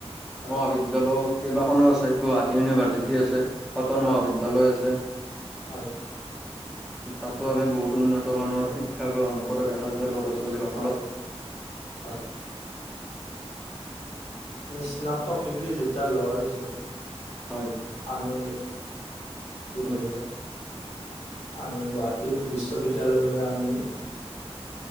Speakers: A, on the left; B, in the centre.
A: হয়
B: মহাবিদ্য লেও কেইবাখনো আছে গুৱাহাটী ইউনিভাৰ্চিটি আছে। কটন
A: হয়
B: মহাবিদ্যালয় আছে।
A: হয়
B: তাতো আমি বহুত উন্নত মানৰ শিক্ষা গ্ৰহণ কৰা দেখা যায় ল'ৰা ছোৱালী। সকলক
A: হয়, হয়। স্নাতক ডিগ্ৰী যেতিয়া লোৱাৰ পিছত।
B: হয়।
A: আমি কি বুলি
B: উম
A: কয়। আমি গুৱাহাটী বিশ্ববিদ্যালয়লৈ আমি।